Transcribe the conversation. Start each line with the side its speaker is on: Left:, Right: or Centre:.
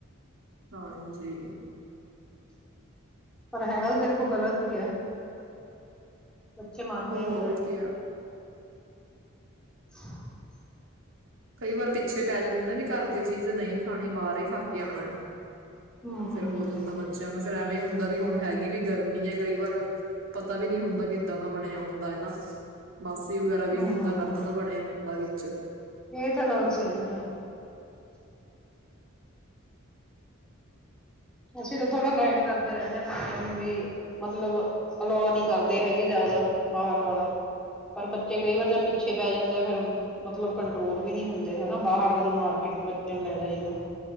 Right: ਹਾਂਜੀ
Centre: ਪਰ ਹੈਗਾ ਵੀ ਦੇਖੋ ਗ਼ਲਤ ਹੀਈ ਹੈ ਬੱਚੇ ਮੰਨਦੇ
Right: ਹੋਰ
Centre: ਨੀ ਨਾ।
Right: ਕ
Centre: <inaudible>
Right: ਕਈ ਵਾਰ ਪਿੱਛੇ ਪੈ ਜਾਂਦੇ ਨਾ ਵੀ ਘਰ ਦੀ ਚੀਜ਼ ਨਹੀਂ ਖਾਣੀ ਬਾਹਰ ਖਾ ਕੇ ਆਉਣਾ
Centre: ਹੂੰ
Right: ਤਾਂ ਫੇਿਰ ਹੋ ਜਾਂਦਾ ਬੱਚਿਆਂ ਨੂੰ ਫੇਿਰ ਐਵੇਂ ਹੁੰਦਾ ਵੀ ਹੁਣ ਹੈਗੀ ਵੀ ਗਰਮੀ ਹੈ ਕਈ ਵਾਰ ਪਤਾ ਵੀ ਨਹੀਂੀ ਹੁੰਦਾ ਕਿੱਦਾਂ ਦਾ ਬਣਿਆ ਹੁੰਦਾ ਹਨ ਨਾ ਬਾਸੀ ਵਗੈਰਾ ਵੀ
Centre: ਹੂੰ
Right: ਹੁੰਦਾ ਪਾਂ ਤਾਂ ਬਣਿਆ ਹੁੰਦਾ ਵਿੱਚ
Centre: ਇਹ ਤਾਂ ਗੱਲ ਸਹੀ ਹੈ। ਅਸੀਂ ਤਾਂ ਥੋੜਾ ਗਾਈਡ ਕਰਦੇ ਰਹਿੰਦੇ ਆਾਂ ਬੱਚਿਆਂ ਨੂੰ ਵੀ ਮਤਲਬ ਅਲਾ ਨੀ ਕਰਦੇ ਹੈਗੇ ਜਿਆਦਾ ਬਾਹਰ ਵਾਲਾ ਪਰ ਬੱਚੇ ਕਈ ਵਾਰ ਜਾ ਪਿੱਛੇ ਪੈ ਜਾਂਦੇ ਆ ਫਿਰ ਮਤਲਬ ਕੰਟਰੋਲ ਵੀ ਨੀ ਹੁੰਦੇ ਹਨਾ ਬਾਹਰ ਜਦੋਂ ਮਾਰਕੀਟ ਚ ਬੱਚਿਆਂ ਨੂੰ ਲੈ ਜਾਈਦਾ